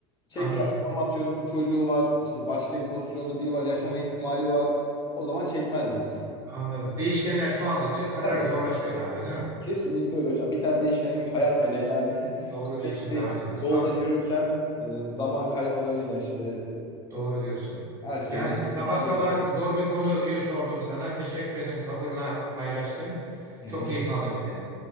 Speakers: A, on the left; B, on the right.
A: çeker.
B: anladım
A: Ama atıyorum çocuğu var işte başka bir pozisyonda biri var yaşama ihtimali var. O zaman çekmezdim ya.
B: anladım. Değişkenler çoğaldıkça karar
A: Tabii.
B: zorlaşıyor
A: E,
B: galiba değil mi?
A: Kesinlikle öyle hocam. Bir tane değişken yok. ki. Hayat hele yani <laughs>
B: Doğru
A: sürekli
B: diyorsun Kaan'cığım. Tab-
A: yolda yürürken e, zaman kaymalarıyla işte e,
B: Doğru diyorsun.
A: her şeyle
B: Yani sabah
A: geçiriyor.
B: sabah zor bir konuyu sordum sana. Teşekkür ederim sabırla paylaştın.
A: Hı
B: Çok
A: hı.
B: keyif aldım yine de.